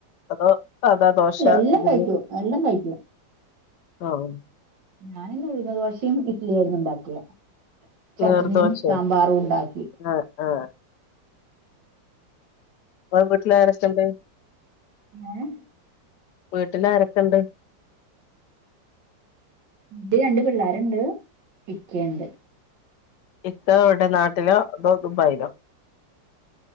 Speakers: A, on the left (about 70°); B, on the right (about 70°).
A: അതോ സാധാ ദോശ,
B: എല്ലാം
A: ഇഡ്ഢിലി
B: കഴിക്കും എല്ലാം കഴിക്കും
A: ആഹ്
B: ഞാനിന്ന് ഉഴുന്ന് ദോശിം ഇഡ്ലിയേരുന്നു ഉണ്ടാക്ക്യേ. ചട്നിം
A: നീർദോശേ
B: സാമ്പാറും ഉണ്ടാക്കി.
A: ആഹ് ആഹ് ഇങ്ങളെ വീട്ടിലാരൊക്കെണ്ട്?
B: ഏഹ്
A: വീട്ടിലാരൊക്കെണ്ട്?
B: ഇണ്ട് രണ്ട് പിള്ളേര്ണ്ട് ഇക്കീണ്ട്.
A: ഇക്ക എവടെ നാട്ടിലോ അതോ ദുബായിലോ?